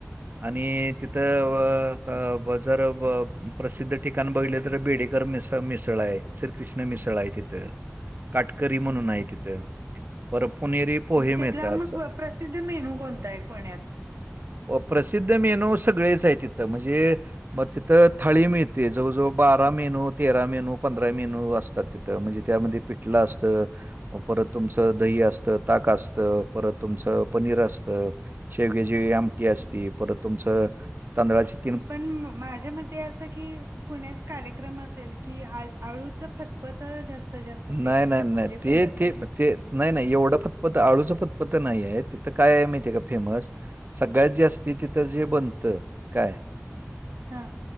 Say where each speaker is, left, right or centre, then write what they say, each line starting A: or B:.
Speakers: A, on the right; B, on the right.
A: आणि तिथं <unintelligible> जर प्रसिद्ध ठिका ठीकण बघलेतर बेडेकर मिस मिसळ आहे, श्रीकृष्ण मिसळ आहे तिथं काटकरी म्हणून
B: हम्म
A: आहे
B: हम्म
A: तिथं. पर पुणेरी पोहे
B: तिथला
A: मिळतात.
B: मग प्रसिद्ध मेनू कोणता आहे पुण्यात?
A: प्रसिद्ध मेंनो सगळेच आहे तिथं म्हणजे, मग तिथं थाळी मीळ ते जवळ जवळ बारा मेनू, तेरा मेनू, पंधरा मेनू असतात तिथं म्हणजे त्यामध्ये पिटलं असतं. परत तुमचं दही असतं, ताक असतं परत तुमचं पनीर असतं. शेवग्याची आमटी असती, परत तुमचं तांदळाची
B: पण माझ्या मते अस की पुण्यात कार्यक्रम असेल की आळ आळूचं फतपत जास्त जास्त प्रिय
A: नाही नाही
B: म्हणजे
A: नाही ते
B: फेमस
A: ते
B: आहे.
A: ते नाही, नाही एवढं फतफत आळूचं फतपत नाही आहे, तिथं काय आहे माहितीय आहे का फेमस? सगळ्यात जास्ती तिथं जे बनतं काय
B: हां.